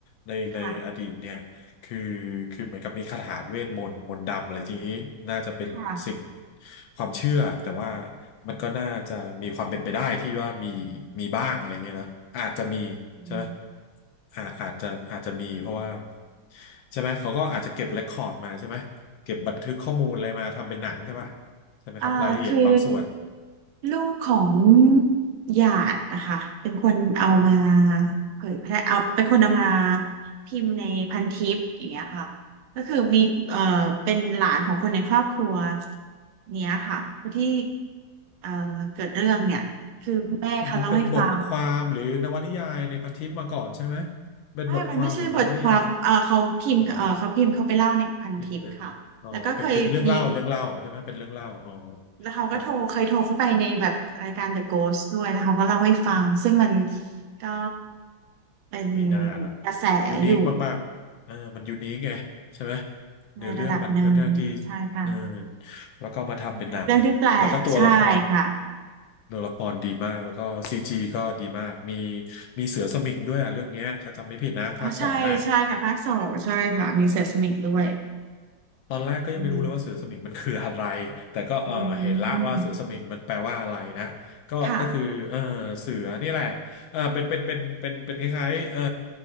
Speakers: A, on the left; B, on the right.
A: ในในอดีตเนี่ยคือ
B: ค่ะ
A: คือเหมือนกับมีคาถาเวทมนต์มนต์ดำอะไรทีนี้น่าจะเป็นสิ่ง
B: ค่ะ
A: ความเชื่อ แต่ว่ามันก็น่าจะมีความเป็นไปได้ที่ว่ามีมีบ้างอะไรเงี้ยนะอาจจะมีใช่ไหม
B: อืม
A: อาจอาจจะอาจจะมีเพราะว่าใช่ไหมเขาก็อาจจะเก็บเรคคอร์ดมาใช่ไหมเก็บบันทึกข้อมูลอะไรมาทำเป็นหนังใช่ปะใช่ไหมครับรายละเอียดบางส่วน
B: อ่าคือลูกของหยาดนะคะเป็นคนเอามาเผยแพร่เอาเป็นคนเอามาพิมพ์ในพันทิปอย่างเงี้ยค่ะก็คือมีเอ่อเป็นหลานของคนในครอบครัวเนี้ยค่ะคนที่เอ่อเกิดเรื่องเนี่ยคือแม่เขาเล่าให้ฟัง
A: มันเป็นบทความหรือนวนิยายในพันทิปมาก่อนใช่ไหมเป็นบทความหรือนวนิยาย
B: ไม่มันไม่ใช่บทความเออเขาพิมพ์เออเขาพิมพ์เขาไปเล่าในพันทิปค่ะแล้วก็เคยมี
A: เหรอพิมพ์เป็นอ๋อเป็นเป็นเรื่องเล่าเรื่องเล่าใช่ไหมเป็นเรื่องเล่าอ๋อ
B: แล้วเขาก็โทรเคยโทรเข้าไปในแบบรายการ
A: ครับ
B: The Ghost ด้วยแล้วเขาก็เล่าให้ฟังซึ่งมันก็เป็น
A: มีหน้าล่ะ
B: กระแสอยู่
A: ยูนิคมากๆเออมันยูนิคไงใช่ไหมเนื้อเรื่องมันค่อนข้างที่
B: ในระดับหนึ่งใช่ค่ะ
A: เออแล้วก็เอามาทำเป็นหนังแล้วก็ตัวละคร
B: มันเป็นเรื่องที่แปลกใช่ค่ะ
A: ตัวละครดีมากแล้วก็ซีจีก็ดีมากมีมีเสือสมิงด้วยอ่ะเรื่องเนี้ยถ้าจำไม่ผิดนะภาคสองอ่ะ
B: อ๋อใช่ใช่ค่ะภาคสองใช่ค่ะมีเสือสมิงด้วย
A: ตอนแรกก็ยังไม่รู้เลยว่าเสือสมิงมันคืออะไร
B: อืม
A: <laughs> แต่ก็เออเห็นละว่าเสือสมิงมันแปลว่าอะไรนะ
B: อืม
A: ก็ก็คือเออเสือนี่แหละเออเป็นเป็นเป็นเป็นเป็นคล้ายๆเออ
B: ค่ะ